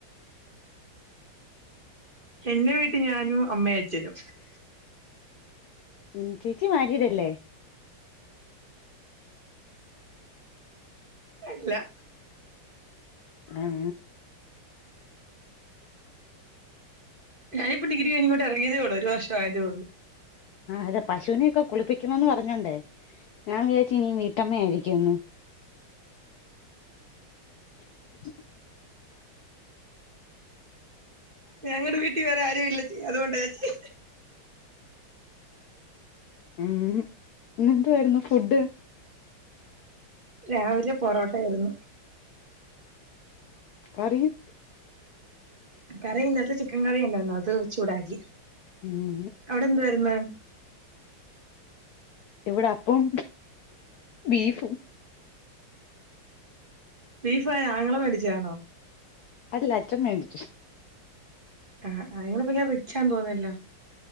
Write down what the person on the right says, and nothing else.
എന്റെ വീട്ടിൽ ഞാനും അമ്മയയച്ഛനും.
അല്ല.
ഞാനിപ്പ ഡിഗ്രികഴിഞിങ്ങോട്ടറങ്ങിയതേ ഒള്ളൂ. ഒരു വർഷ ആയതേഒള്ളൂ.
ഞങ്ങടെ വീട്ടിൽ വേറെ ആരും ഇല്ലേച്ചീ. അതോണ്ടാ ഞാൻ ചെയ്ധേ
രാവിലെ പൊറോട്ടയാരുന്നു.
കറി ഇന്നലത്തെ ചിക്കൻ കറി ഉണ്ടായിരുന്നു, അത് ചൂടാക്കി.
അവിടെ എന്തു വായിരുന്നു?
ബീഫാരാ ആങ്ങളെ മേടിച്ചയാന്നോ?
ആഹ് ആഹ് നിങ്ങള് പിന്നെ റിച്ചാന്ന് തോന്നുന്നല്ലോ?